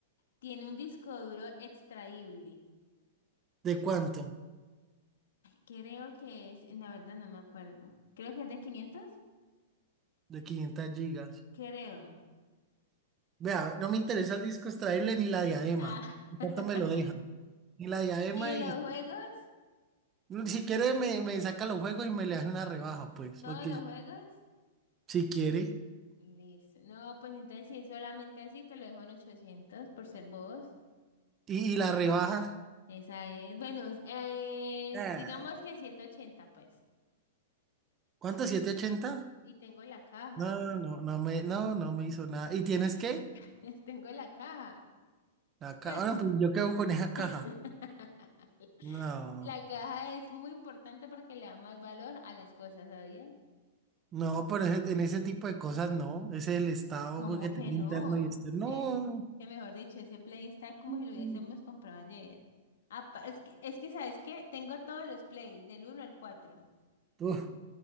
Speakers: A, on the left (about 75°); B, on the right (about 30°).
A: tiene un disco duro extraíble.
B: ¿De cuánto?
A: Creo que es, la verdad no me acuerdo. Creo que es de quinientos
B: De 500 gigas.
A: Creo.
B: Vea, no me interesa el disco extraíble ni la diadema.
A: Ah. <laughs>
B: ¿Cuánto me lo dejan? Ni la diadema
A: ¿Y los
B: y
A: juegos?
B: si quiere me, me saca los juegos y me le hace una rebaja, pues,
A: ¿Todos
B: porque
A: los juegos?
B: si quiere.
A: Listo. No, pues entonces si es solamente así, te lo dejo en 800 por ser bobos.
B: Y, y la rebaja.
A: Esa es. Bueno, eh,
B: ah,
A: digamos que ciento ochenta pues.
B: ¿Cuánto? ¿siete ochenta
A: Y tengo la caja.
B: No, no, no me, no, no me hizo nada. ¿Y tienes qué?
A: <laughs> Tengo la caja.
B: La ca-
A: Pues.
B: ah, no, pues yo quedo con esa caja.
A: <laughs>
B: No,
A: La caja es muy importante porque le da más valor a las cosas, ¿sabías?
B: no, pero ese- en ese tipo de cosas no. Ese es el estado
A: ¿Cómo
B: pues, que
A: que
B: tengo
A: no?
B: interno y externo.
A: Es que mejor dicho, ese play está como
B: No.
A: si lo hubiésemos comprado ayer. Apa- es que, es que, ¿sabes qué? Tengo todos los plays, del uno al cuatro
B: Uf,